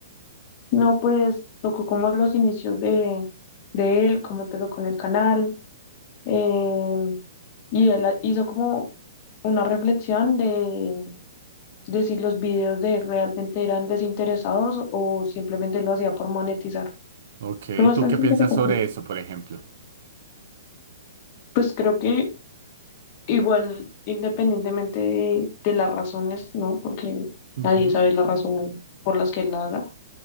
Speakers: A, on the left; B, on the right.
A: No, pues tocó como los inicios de, de él, cómo empezó con el canal, em, y él ha- hizo como una reflexión de, de si los videos de él realmente eran desinteresados o simplemente lo hacía por monetizar.
B: Ok,
A: Fue bastante
B: ¿tú qué piensas
A: interesante.
B: sobre eso, por ejemplo?
A: Pues creo que igual, independientemente de, de las razones, ¿no? Porque
B: Ujú.
A: nadie sabe las razones por las que él la haga,